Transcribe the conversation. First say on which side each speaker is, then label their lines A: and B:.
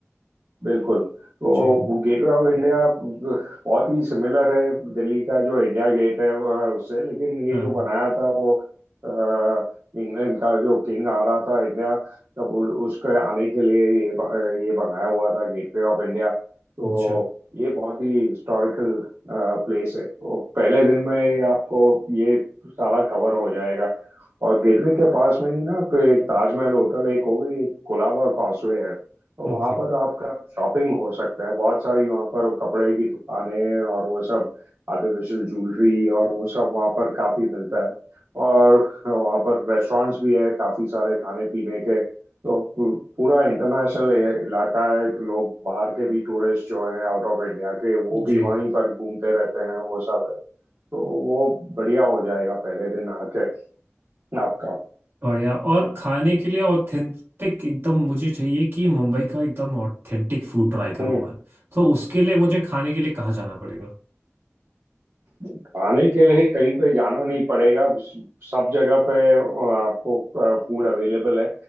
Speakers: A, on the right; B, on the right.
A: बिल्कुल तो
B: जी
A: गेटवे ऑफ इंडिया बहुत ही सिमिलर है दिल्ली का जो इंडिया गेट है वह उससे लेकिन ये
B: हाँ
A: जो बनाया था वो अ, इंग्लैंड का जो किंग आ रहा था इंडिया तब उ- उसके आने के लिए ये ब- ये बनाया हुआ था गेटवे ऑफ इंडिया तो
B: अच्छा
A: ये बहुत ही हिस्टोरिकल प्लेस है तो पहले दिन में ही आपको ये सारा कवर हो जाएगा और गेटवे के पास में ही ना पे ताजमहल होटल एक हो गई एक कुलाबा कॉजवे है तो वहां
B: ओके
A: पर आपका शॉपिंग हो सकता है बहुत सारी वहां पर वो कपड़े की दुकानें और वो सब आर्टिफिशियल ज्वेलरी और वो सब वहां पर काफी मिलता है और वहां पर रेस्टोरेंट्स भी है काफी सारे खाने पीने के तो पू- पूरा इंटरनेशनल इलाका है कि लोग बाहर के भी टूरिस्ट जो हैं आउट ऑफ इंडिया के वो
B: जी
A: भी वहीं पर घूमते रहते हैं वो सब है तो वो बढ़िया हो जाएगा पहले दिन आके आपका
B: बढ़िया और खाने के लिए ऑथेंटिक एकदम मुझे चाहिए कि मुंबई का एकदम ऑथेंटिक फूड ट्राई करूँ
A: हम्म
B: मैं तो उसके लिए मुझे खाने के लिए कहाँ जाना पड़ेगा
A: खाने के लिए कहीं पे जाना नहीं पड़ेगा सब जगह पे आपको फूड अवेलेबल है